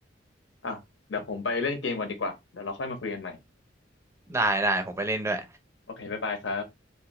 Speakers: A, on the left (about 85°); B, on the right (about 15°).
A: อ่ะเดี๋ยวผมไปเล่นเกมก่อนดีกว่าเดี๋ยวเราค่อยมาคุยกันใหม่
B: ได้ได้ผมไปเล่นด้วย
A: โอเคบ๊ายบายครับ